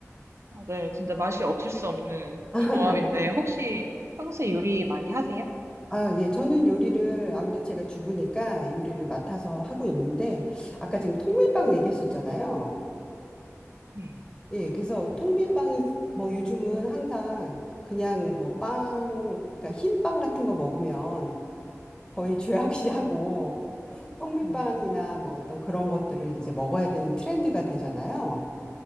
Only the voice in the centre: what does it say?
<laughs>
아, 예, 저는 요리를 아무래도 제가 주부니까 요리를 맡아서 하고 있는데 아까 지금 통밀빵 얘기하셨잖아요.
예, 그래서 통밀빵이 뭐 요즘은 항상 그냥 뭐 빵, 그러니까 흰빵 같은 거 먹으면 거의 죄악시하고 <laughs> 통밀빵이나
뭐 어떤 그런 것들을 이제 먹어야 되는 트렌드가 되잖아요.